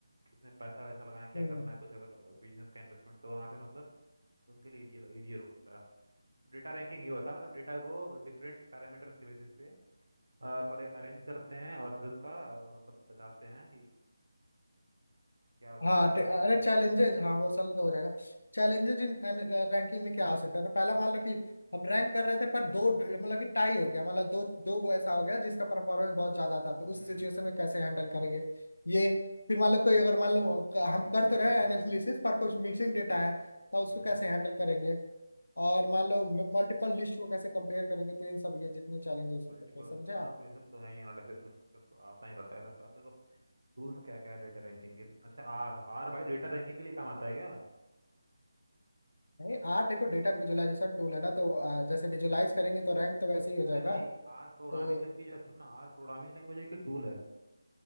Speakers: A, on the right (about 75°); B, on the left (about 70°).
A: कितने पैसा वैसा लगाएं क्या
B: हम्म
A: करना है कुछ अगर बिजनेस का इन्वेस्टमेंट तो वहाँ पे मतलब उनके लिए इजी इजियर होता है डेटा रैंकिंग ये होता है मतलब डेटा को डिफरेंट पैरामीटर्स के बेसिस पे अ, पर अरेंज करते हैं और फिर उसका अ, मतलब बताते हैं कि क्या उसका
B: हाँ
A: रैंक
B: टे- अरे
A: था
B: चैलेंजेज हाँ वो सल तो हो जाएगा चैलेंजेज इन रैंकिंग में क्या आ सकता था पहला मान लो कि हम रैंक कर रहे थे पर दो मतलब कि टाई हो गया मतलब दो दो गो ऐसा हो गया जिसका परफॉर्मेंस बहुत ज्यादा था तो
A: हम्म
B: उस सिचुएशन में कैसे हैंडल करेंगे ये फिर मान लो कोई अगर मान लो क- हम
A: मिसिंग
B: कर तो
A: डेटा
B: रहे
A: को
B: एनालिसिस
A: है
B: पर कुछ मिसिंग डेटा है तो उसको
A: हम्म
B: कैसे हैंडल करेंगे और
A: भाई
B: मान लो मल्टीपल लिस्ट को कैसे कंपेयर करेंगे तो इन सब ये जितने चैलेंजेस
A: मल्टीपल
B: हो सकते हैं समझे
A: हाँ
B: आप
A: तो ये सब तो है ही एनालिसिस में दिक्कत तो आता ही रहता है सब अब देखो टूल्स क्या क्या है डेटा रैंकिंग के अच्छा आर आर भाई डेटा रैंकिंग के लिए काम आता है क्या
B: नहीं आर देखो डेटा विजुअलाइजेशन टूल है ना तो अ, जैसे विजुलाइज करेंगे तो रैंक तो वैसे ही हो जाएगा
A: अरे भाई आर प्रोग्रामिंग
B: तो
A: लैंग्वेज है सुन ना आर प्रोग्रामिंग लैंग्वेज की टूल है